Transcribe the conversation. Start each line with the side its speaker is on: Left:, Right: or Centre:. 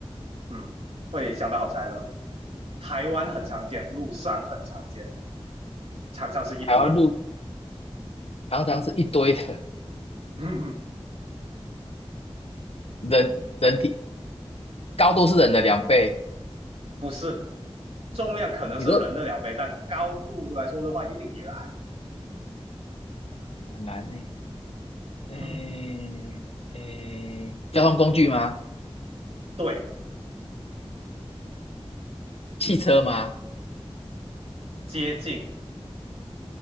Right: 嗯，会相当好猜的东西。台湾很常见，路上很常见，常常是一堆的，
Left: 台湾路常常是一堆的，
Right: <laughs>
Left: 人人体高度是人的两倍，
Right: 不是重量可能是人的两倍，
Left: 你说
Right: 但高度来说的话，一定比人矮。
Left: 很难呢？哎哎，
Right: <laughs>
Left: 交通工具吗？
Right: 对，
Left: 汽车吗？
Right: 接近，